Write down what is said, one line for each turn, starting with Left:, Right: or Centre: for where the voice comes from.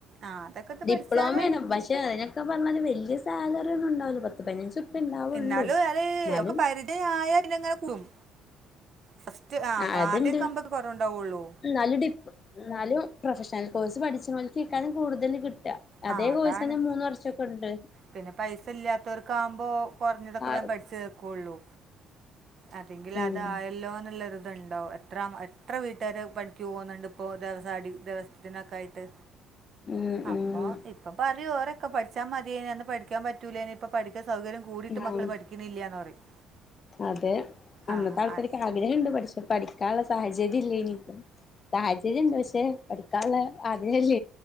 Right: ആ അതൊക്കെ ഇത്
Left: ഡിപ്ലോമേണ്
Right: പഠിച്ചാൽ
Left: പക്ഷെ അതിനൊക്കെ പറഞ്ഞാല് വല്യ സാലറി ഒന്നും ഉണ്ടാവില്ല പത്ത് പതിനഞ്ച് റുപ്യ ഉണ്ടാവുള്ളൂ
Right: എന്നാലും അറ്
Left: എന്നാലും
Right: ഒക്കെ പരിജയായ പിന്നെ ഇങ്ങനെ കൂടും ഫസ്റ്റ് ആ
Left: അത്ണ്ട്
Right: ആദ്യമൊക്കെ ആകുമ്പോൾ കുറവുണ്ടാവുള്ളൂ
Left: ന്നാലും ഡിപ് ന്നാലും പ്രൊഫഷണൽ കോഴ്സ് പഠിച്ച്ണോൽകിക്കാരം കൂടുതല് കിട്ടാ അതേ
Right: ആ അതാണ്
Left: കോഴ്സന്നെ മൂന്ന് വർഷൊക്കെഇണ്ട്
Right: പിന്നെ പൈസ ഇല്ലാത്തവർക്ക് ആവുമ്പോ കുറഞ്ഞതൊക്കെ
Left: ആറ്
Right: വേം പഠിച്ചു തക്കുള്ളു അതെങ്കില്
Left: ഉം
Right: അതായല്ലോന്നൊരുത് ത്ണ്ടോ എത്ര എത്ര വീട്ടുകാർ പണിക്ക് പോകുന്നുണ്ട് ഇപ്പോ <unintelligible> ഇതിനൊക്കെ ആയിട്ട്
Left: ഉം ഉം
Right: അപ്പൊ ഇപ്പൊ പറ ഓരൊക്കെ പഠിച്ചാ മതിയേനി പഠിക്കാൻ പറ്റൂലേനി ഇപ്പോൾ പഠിക്കാൻ സൗകര്യം കൂടിയിട്ട് മക്കൾ
Left: ആഹ്
Right: പഠിക്കുന്നില്ലെന്ന് പറയും
Left: അതെ അന്നത്തെ
Right: ആ
Left: ആൾക്കാർക്ക്
Right: അ-
Left: ആഗ്രഹുണ്ട് പഠിച്ച പഠി ക്കാൻള്ള സാഹചര്യം ഇല്ലേനി സാഹചര്യം ഉണ്ട് പക്ഷെ പഠക്കാനുള്ള ആഗ്രഹല്ല